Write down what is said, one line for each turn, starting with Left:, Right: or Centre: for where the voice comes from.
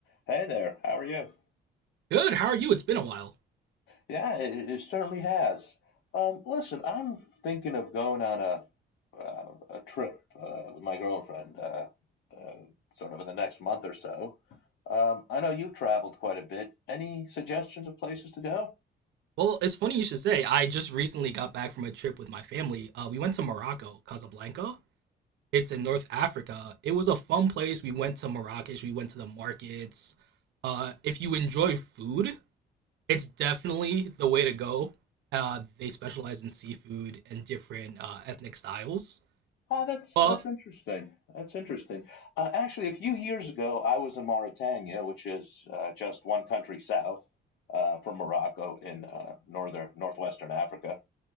Left: Hey there, how are you?
Right: Good. How are you? It's been a while.
Left: Yeah, it, it certainly has. Um, listen, I'm thinking of going on a uh, a trip uh, with my girlfriend, uh, uh, sort of in the next month or so. Um, I know you've traveled quite a bit. Any suggestions of places to go?
Right: Well, it's funny you should say. I just recently got back from a trip with my family. Uh, we went to Morocco, Casablanca. It's in North Africa. It was a fun place. We went to Marrakesh. We went to the markets. Uh, if you enjoy food, it's definitely the way to go. Uh, they specialize in seafood and different uh, ethnic styles.
Left: Ah, that's
Right: But
Left: that's interesting. That's interesting. Uh, actually, a few years ago, I was in Mauritania, which is uh, just one country south uh, from Morocco in uh, northern northwestern Africa.